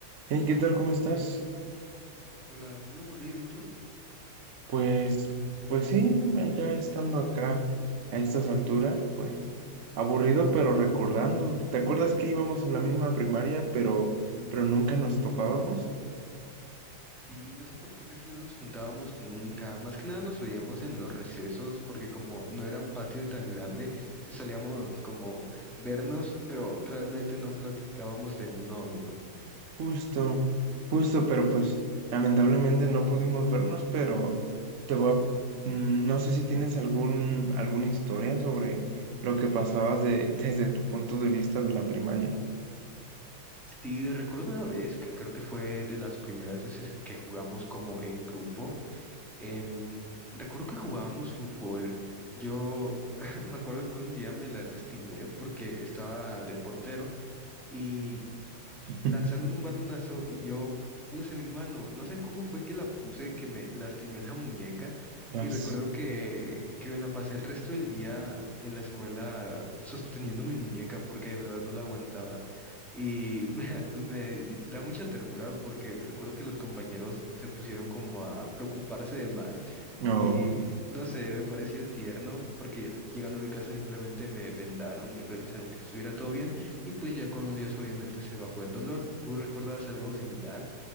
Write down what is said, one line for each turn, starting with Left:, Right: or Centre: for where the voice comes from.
Right: Hey, ¿qué tal? ¿Cómo estás?
Centre: Hola, muy aburrido, ¿y tú?
Right: Pues, pues sí, ya estando acá a estas alturas, pues aburrido, pero recordando. ¿Te acuerdas que íbamos en la misma primaria, pero, pero nunca nos topábamos?
Centre: Y no sé por qué casi no nos juntábamos nunca. Más que nada nos veíamos en los recesos, porque como no era un patio tan grande, se- salíamos como vernos, pero realmente no platicábamos de uno a uno.
Right: Justo, justo, pero pues lamentablemente no pudimos vernos, pero te voy a, mm, no sé si tienes algún, alguna historia sobre lo que pasabas de, <laughs> desde tu punto de vista de la primaria.
Centre: Sí, recuerdo una vez que creo que fue de las primeras veces que jugamos como en grupo. em, recuerdo que jugábamos fútbol. Yo <laughs> me acuerdo que un día me lastimé porque estaba de portero. y
Right: <laughs>
Centre: lanzaron un balonazo y yo puse mi mano. No sé cómo fue que la puse, que me lastimé la muñeca
Right: Dios.
Centre: y recuerdo que, que me la pasé el resto del día en la escuela sosteniendo mi muñeca porque de verdad no la aguantaba. Y <laughs> me, da me di- da mucha ternura porque recuerdo que los compañeros se pusieron como a preocuparse de más
Right: No,
Centre: y no sé, me pareció tierno porque llegando a mi casa simplemente me vendaron y revisaron que estuviera todo bien y pues ya con los días obviamente se bajó el dolor. ¿Tú recuerdas algo similar?